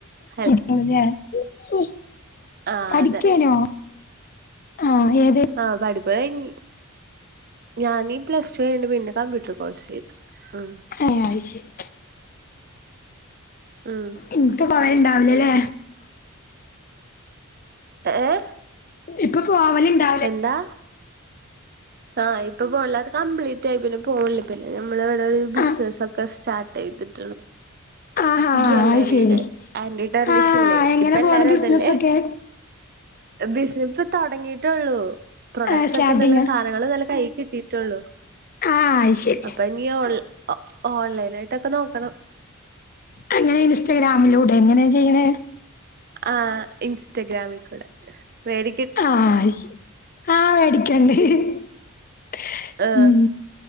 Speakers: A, on the right (about 45°); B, on the left (about 40°).
A: ഹ
B: <unintelligible>
A: ആഹ്
B: പഠിക്കാനൊ
A: അതെ
B: അ ഏ
A: ആ പഠപ്പ്‌ കഴിഞ്ഞ്. ഞാനീ പ്ലസ് ടു കഴിഞ്ഞി പിന്നെ കമ്പ്യൂട്ടർ കോഴ്സ് ചെയ്ത് ഉ
B: ഏ ആയിഷേരി
A: ഉം
B: എനിക്ക് പായ് ണ്ടാവില്ലല്ലേ
A: ഏഏ
B: ഇപ്പൊ പോവലുണ്ടാ
A: എന്താ ആഹ് ഇപ്പൊ പോണില്ല അത് കംപ്ലീറ്റ് ആ ഇപ്പൊ പൊല്ല കംബ്ലിറ്റായി. പിന്നെ പോണല്ല പിന്നെ ഞമ്മൾ ഇവിടെ ഒരു ബിസിനസ്സ
B: ആ
A: ഒക്കെ സ്റ്റാർട്ട് ചെയ്തിട്ടുണ്ട്.
B: ആഹാ
A: ജ്വല്ലറിയുടെ
B: അത് ശരി
A: ആന്റ ടെർണിഷല്ലേ
B: ആ എങ്ങനെ
A: ഇപ്പ എല്ലാരും
B: പോണ് ബിസിനസൊക്കെ
A: അതല്ലേ ഹെ ബിസിന ഇ തുടങ്ങിയിട്ടേള്ളൂ പ്രൊഡക്ട്സ്
B: ആ സ്റ്റാർട്ടിങ്
A: ഒക്കെ നല്ല സാധനങ്ങള്ൾ നല്ല കൈ കിട്ടി.. ട്ടള്ളൂ
B: ആ അത് ശരി
A: അപ്പൊ അപഞ്ഞി ഓ ഓൺലൈന ആായിട്ടൊക്കെ നോക്കണം.
B: അങ്ങനെ ഇൻസ്റ്റാ ഗ്രാമീലൂടെ എങ്ങനെ ചെയ്യിനെ
A: ആഹ ഇൻസ്റ്റഗ്രാമിൽ കൂടെ പേട
B: ആഹ അഹ് ശരി ആ ടി കണ്ട് ഹി ഹി
A: ആഹ്
B: ഉം